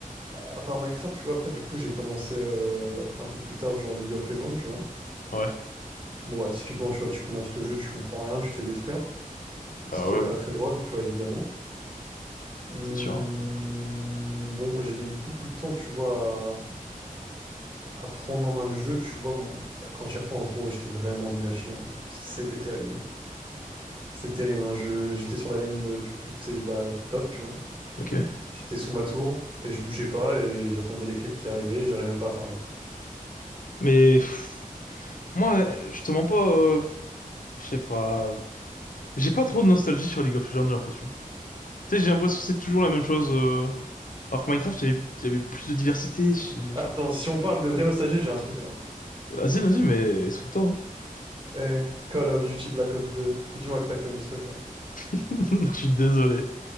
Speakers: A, on the right (about 35°); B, on the left (about 70°).
A: à à part Minecraft, tu vois, après du coup, j'ai commencé euh, un peu plus tard, genre League of Legends, tu vois.
B: Ouais.
A: Bon, bah, typiquement, tu vois, tu commences le jeu, tu comprends rien, tu te fais détruire,
B: Bah
A: ce qui
B: ouais,
A: est
B: ouais.
A: pas très drôle, tu vois, évidemment. Hum,
B: C'est sûr, ouais.
A: bon, j'ai mis beaucoup de temps, tu vois, à, à prendre en main le jeu, tu vois. Bon, quand j'y repense, gros, j'étais vraiment nul à chier. hein. C'était terrible. hein. C'était terrible. hein. Je, j'étais sur la ligne de- du coup, tu sais, bah, top, tu vois.
B: Ok.
A: J'étais sous ma tour et je bougeais pas et j'attendais les creeps qui arrivaient et j'arrivais même pas à farmer.
B: Mais... pff, Moi, euh, je te mens pas, euh, je sais pas. J'ai pas trop de nostalgie sur League of Legends, j'ai l'impression. Tu sais, j'ai l'impression que c'est toujours la même chose. euh, Alors que Minecraft, il y avait, il y avait plus de diversité. je-
A: Attends,
B: je-
A: si on parle de vraie nostalgie, j'ai un truc là.
B: Vas-y, vas-y, mais explique-toi. hein.
A: Eh, Call of Duty Black Ops deux. dis-moi que t'as connu, s'il te plaît.
B: <laughs> Je suis désolé.